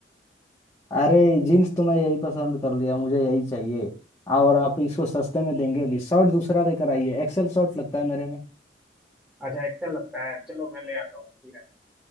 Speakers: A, on the left; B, in the centre.
A: अरे जीन्स तो मैं यही पसंद कर लिया मुझे यही चाहिए और आप इसको सस्ते में देंगे अभी शर्ट दूसरा लेकर आइए एक्सेल शर्ट लगता है मेरे में
B: अच्छा एक्सेल लगता है चलो मैं ले आता हूँ ठीक है